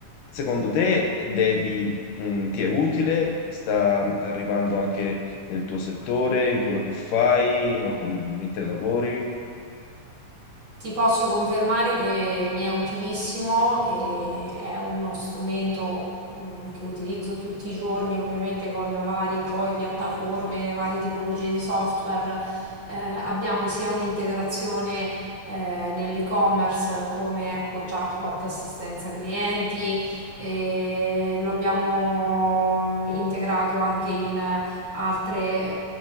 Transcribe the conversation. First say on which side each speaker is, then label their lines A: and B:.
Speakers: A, on the left; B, on the right.
A: secondo te, devi, mh, ti è utile? Sta arrivando anche nel tuo settore, in quello che fai, o com- mentre lavori. <laughs>
B: Ti posso confermare che mi è utilissimo e è uno strumento mm, che utilizzo tutti i giorni, ovviamente con varie poi piattaforme, varie tipologie di software. Eh, abbiamo sia un'integrazione eh, nell'e-commerce come ecco, chatbot, assistenza clienti, e lo abbiamo integrato anche in altre, eh,